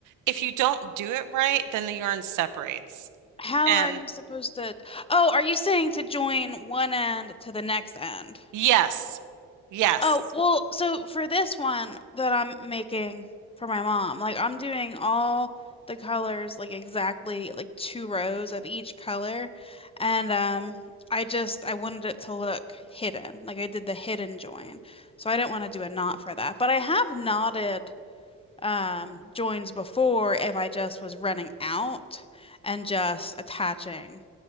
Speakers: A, on the right; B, on the left.
A: if you don't do it right, then the yarn separates.
B: How
A: And
B: are you supposed to? Oh, are you saying to join one end to the next end?
A: yes, yes,
B: Oh, well, so for this one that I'm making for my mom, like I'm doing all the colors like exactly like two rows of each color and um I just I wanted it to look hidden. Like I did the hidden join. So I didn't want to do a knot for that. But I have knotted um joins before if I just was running out and just attaching